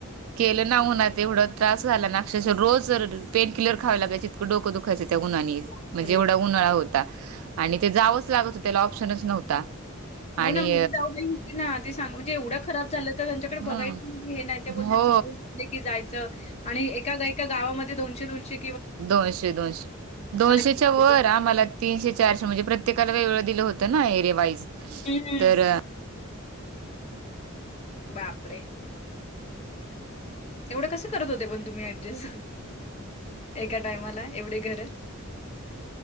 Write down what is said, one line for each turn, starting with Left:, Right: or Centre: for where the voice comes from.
Right: केलं उन्हात तेवढं त्रास झाला ना अक्षरः रोज जर पेन किलर खावे लागायची इतक डोकं दुखायंच त्या उन्हानी एक
Left: बापरे
Right: मजे एवढा उन्हाळा होता आणि ते जावंच लागत होत त्याला ऑप्शनच नव्हता
Left: हो
Right: आणि
Left: ना माझी जाऊदई होती ना ते सांग म्हणजे एवढ्या खराब झालं तर त्यांच्याकडे
Right: हम्म
Left: बघायचं हे नाही बोलतात
Right: हो
Left: सकाळी की जायचं आणि एका, एका गावामध्ये दोनशे, दोनशे
Right: दोनशे, दोनशे दोनशेच्या
Left: किती?
Right: वर आमाला तीनशे, चारशे मणजे प्रत्येकाला वेगळं दिलं होतं ना एरिया वाईज
Left: हं, हं.
Right: तर
Left: बापरे एवड कस करत होते पण तुम्ही ऍडजस्ट एका टायमाला एवडे घर